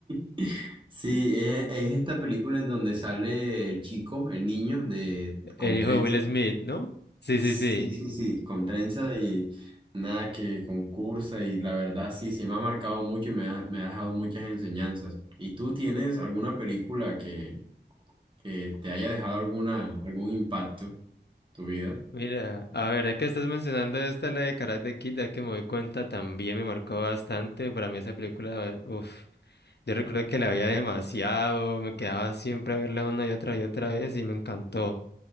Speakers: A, on the right; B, on the left.
A: <laughs> sí,
B: <laughs>
A: es, es esta película en donde sale el chico, el niño de
B: el
A: con
B: hijo
A: trenza.
B: de Will Smith, ¿no? Sí,
A: Sí,
B: sí, sí.
A: sí, sí, con trenza y nada que concursa y la verdad sí, sí me ha marcado mucho y me ha, me ha dejado muchas enseñanzas. ¿Y tú tienes alguna película que, que te haya dejado alguna, algún impacto en tu vida?
B: Mira, a ver, ya que estás mencionando esta, la de Karate Kid, ya que me doy cuenta, también me marcó bastante. Para mí esa película, uff, yo recuerdo que la veía demasiado, me quedaba siempre a verla una y otra y otra vez y me encantó.